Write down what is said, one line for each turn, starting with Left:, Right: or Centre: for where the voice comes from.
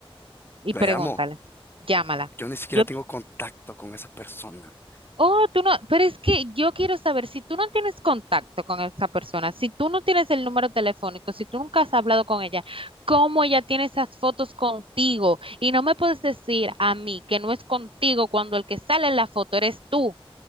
Right: y
Left: La
Right: pregúntale,
Left: llamo.
Right: llámala.
Left: Yo ni siquiera
Right: Yo,
Left: tengo contacto con esa persona.
Right: oh, tú no, pero es que yo quiero saber si tú no tienes contacto con esa persona, si tú no tienes el número telefónico, si tú nunca has hablado con ella, ¿cómo ella tiene esas fotos contigo? Y no me puedes decir a mí que no es contigo cuando el que sale en la foto eres tú.